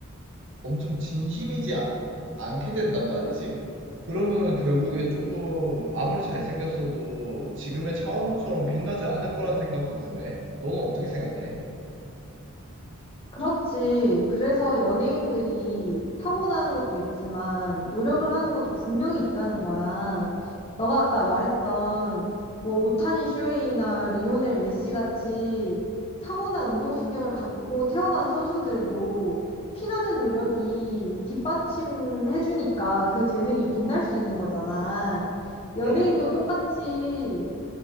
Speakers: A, on the right (about 60°); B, on the left (about 25°).
A: 엄청 진심이지 아- 않게 된단 말이지. 그러면 결국에 조금 아무리 잘생겼어도 지금의 차은우처럼 빛나지 않을 거란 생각도 드네. 너는 어떻게 생각해?
B: 그렇지. 그래서 연예인들이 타고나는 것도 있지만 노력을 하는 것도 분명히 있다는 거야. 너가 아까 말했던 뭐 오타니 쇼헤이나 리오넬 메시 같이 타고난 운동신경을 갖고 태어난 선수들도 피나는 노력이 뒷받침해주니까 그 재능이 빛날 수 있는 거잖아. 연예인도
A: 그럼, 그럼.
B: 똑같이